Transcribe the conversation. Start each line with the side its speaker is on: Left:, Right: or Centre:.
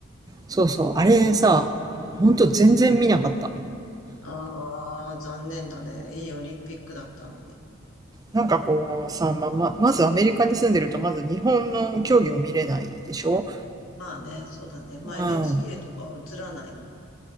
Right: そうそう。あれさ、
Left: うん
Right: ほんと全然見なかった。
Left: ああ、残念だね。いいオリンピックだったのに。
Right: なんかこうさ、まあ、ま、まずアメリカに住んでると、まず日本の競技を見れないでしょ
Left: まあね、そうだね。まあ
Right: うん。あ
Left: NHK とかは映らないの。